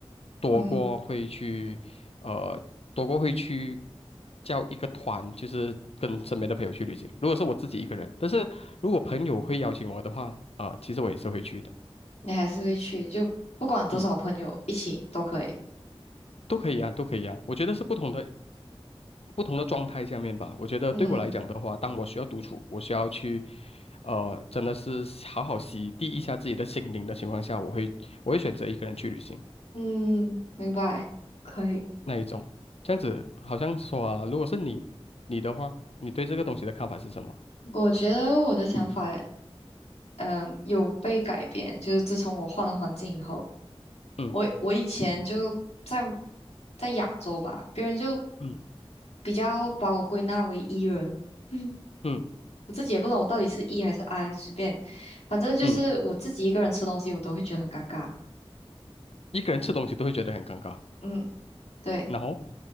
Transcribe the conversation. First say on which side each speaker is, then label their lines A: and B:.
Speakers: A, on the left; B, on the left.
A: 多过会去，
B: 嗯，
A: 呃，多过会去叫一个团，就是跟身边的朋友去旅行。如果是我自己一个人，但是如果朋友会邀请我的话，啊、其实我也是会去的。
B: 你还是会去，就不管多少朋友一起都可以，
A: 嗯，都可以啊，都可以啊。我觉得是不同的不同的状态下面吧。我觉得对我来讲的话，
B: 嗯
A: 当我需要独处，我需要去，呃，真的是好好洗涤一下自己的心灵的情况下，我会我会选择一个人去旅行
B: 嗯，明白，可以。
A: 那一种。这样子好像说啊，如果是你你的话，你对这个东西的看法是什么？
B: 我觉得我的想法。嗯，有被改变，就是自从我换了环境以后，
A: 嗯
B: 我我以前就在在亚洲吧，别人就
A: 嗯
B: 比较把我归纳为 E 人，<laughs>
A: 嗯
B: 我自己也不懂我到底是 E 还是 I，随便，反正就是我自己一个人吃东西，
A: 嗯，
B: 我都会觉得很尴尬。
A: 一个人吃东西都会觉得很尴尬。
B: 嗯，对。
A: 然后，